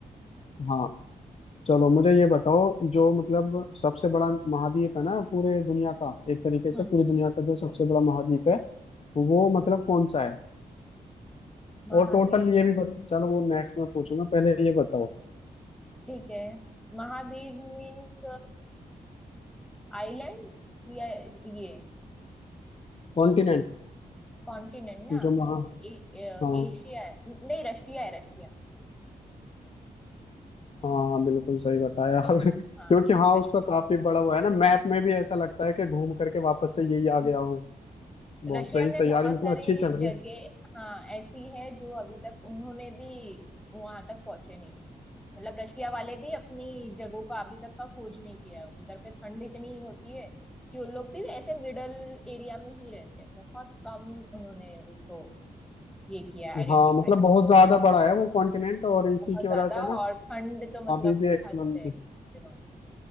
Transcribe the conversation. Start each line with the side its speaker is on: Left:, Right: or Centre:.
Left: हाँ चलो मुझे ये बताओ जो मतलब सबसे बड़ा महाद्वीप है ना पूरे दुनिया का एक तरीके से
Centre: हम्म
Left: पूरी दुनिया का जो सबसे बड़ा महाद्वीप है वो मतलब कौन सा है
Centre: महाद्वीप
Left: और टोटल ये भी बत, चलो वो नेक्स्ट में पूछूंगा पहले ये बताओ
Centre: ठीक है महाद्वीप मीन्स आइलैंड या ये
Left: कॉन्टिनेंट
Centre: कॉन्टिनेंट ना
Left: जो महा
Centre: तो ए, ए,
Left: हाँ
Centre: एशिया है नहीं रशिया है रशिया
Left: हाँ बिल्कुल सही बताया <laughs>
Centre: हाँ
Left: क्योंकि हाँ
Centre: रशिया
Left: उसका काफी बड़ा वो है ना मैप में भी ऐसा लगता है कि घूम करके वापस से यही आ गया
Centre: हम्म।
Left: हो बहुत
Centre: रशिया
Left: सही
Centre: में
Left: तैयारी
Centre: बहुत
Left: मतलब
Centre: सारी
Left: अच्छी चल रही
Centre: जगह
Left: है
Centre: हाँ ऐसी है जो अभी तक उन्होंने भी वहां तक पहुंचे नहीं है मतलब रशिया वाले भी अपनी जगहों का अभी तक का खोज नहीं किया है। उधर पे ठंड इतनी होती है कि उन लोग भी ऐसे मिडल एरिया में ही रहते हैं बहुत कम उन्होंने उसको ये किया आइडेंटिफाई
Left: हाँ मतलब बहुत ज्यादा बड़ा है वो कॉन्टिनेंट और इसी
Centre: बहुत
Left: की
Centre: ज्यादा
Left: वजह से ना
Centre: और ठंड तो मतलब
Left: अभी भी एक्सप्लोर
Centre: हद है दिमाग